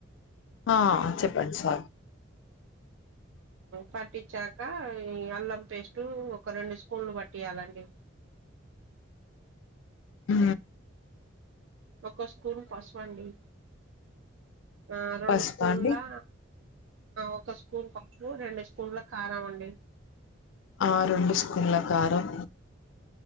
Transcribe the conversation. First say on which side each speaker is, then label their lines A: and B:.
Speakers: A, on the left; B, on the right.
A: ఆ చెప్పండి సార్
B: పట్టించాక ఈ అల్లం పేస్ట్ ఒక రెండు స్పూన్లు పట్టియాలండి
A: ఆ
B: ఒక స్పూన్ పసువ అండి ఆ రెండు
A: పసుపు
B: స్పూన్లా
A: అండి
B: ఒక స్పూన్ ఓ రెండు పల కారమండి
A: ఆ రెండు స్పూన్ల కారం